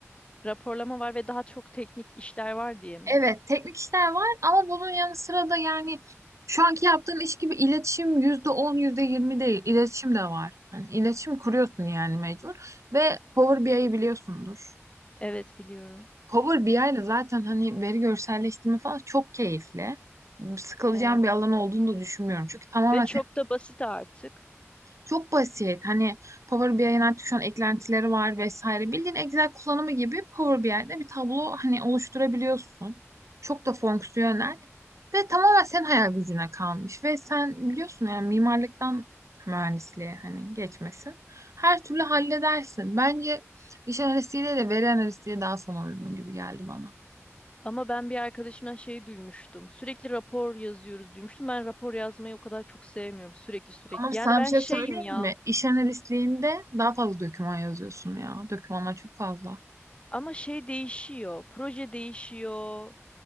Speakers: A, on the left; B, on the right.
A: Raporlama var ve daha çok teknik işler var diye mi?
B: Evet, teknik işler var ama bunun yanı sıra da yani şu anki yaptığım iş gibi iletişim yüzde on, yüzde yirmi değil, iletişim de var. Hani iletişim kuruyorsun yani mecbur ve Power BI'yi biliyorsundur.
A: Evet biliyorum.
B: Power BI ile zaten hani veri görselleştirme falan çok keyifli. Sıkılacağım
A: Evet.
B: bir alan olduğunu da düşünmüyorum. Çünkü tamamen
A: Ve çok da basit artık.
B: Çok basit. Hani Power BI'nin artık şu an eklentileri var vesaire. Bildiğin Excel kullanımı gibi Power BI'de bir tablo hani oluşturabiliyorsun. Çok da fonksiyonel. Ve tamamen senin hayal gücüne kalmış. Ve sen biliyorsun yani mimarlıktan mühendisliğe hani geçmesin. Her türlü halledersin. Bence iş analistliğiyle de veri analistliği daha sana uygun gibi geldi bana.
A: Ama ben bir arkadaşımdan şeyi duymuştum. Sürekli rapor yazıyoruz duymuştum. Ben rapor yazmayı o kadar çok sevmiyorum. Sürekli sürekli.
B: Ama sana
A: Yani ben
B: bir şey
A: şeyim
B: söyleyeyim
A: ya.
B: mi? İş analistliğinde daha fazla doküman yazıyorsun ya. Dokümanlar çok fazla.
A: Ama şey değişiyor. Proje değişiyor.